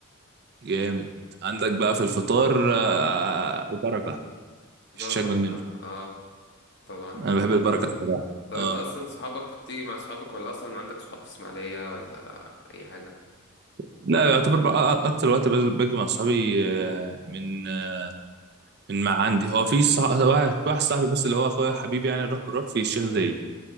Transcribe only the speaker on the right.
جامد عندك بقى في الفطار آه،
البركة
مفيش
أجمل منه
أنا بحب البركة الصراحة
اه
لا يعتبر بقى أكتر وقت بز- باجي مع صحابي آه، من آه، من مع عندي هو في صح... واحد واحد صاحبي بس اللي هو أخويا حبيبي يعني نروح بنروح في الشيخ زايد